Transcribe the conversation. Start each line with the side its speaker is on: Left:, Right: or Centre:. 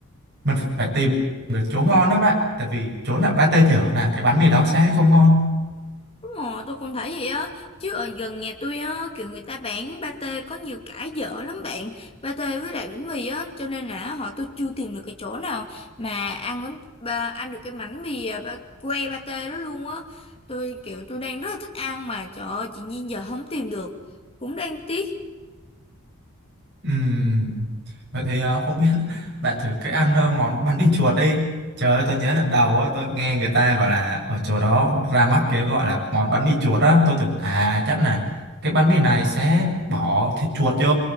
Right: mình phải tìm được chỗ ngon đó bạn tại vì chỗ nào pate chở là cái bánh mì đó sẽ không ngon
Left: Ồ, tôi cũng thấy vậy á Chứ ở gần nhà tôi á Kiểu người ta bán pate có nhiều cái dở lắm bạn Pate với lại bánh mì á Cho nên là họ tôi chưa tìm được cái chỗ nào Mà ăn bánh ba, ăn được cái bánh mì à, ba, que pate đó luôn á Tôi kiểu tôi đang rất là thích ăn Mà trời ơi chị Nhiên giờ không tìm được Cũng đang tiếc
Right: Ừm, Vậy thì ờ, không biết <laughs> bạn thử cái ăn ờ, món bánh mì chuột đi. Trời ơi, tôi nhớ lần đầu á, tôi nghe người ta gọi là ở chỗ đó ra mắt cái gọi là món bánh mì chuột á, tôi tưởng à chắc là cái bánh mì này sẽ bỏ thịt chuột vô.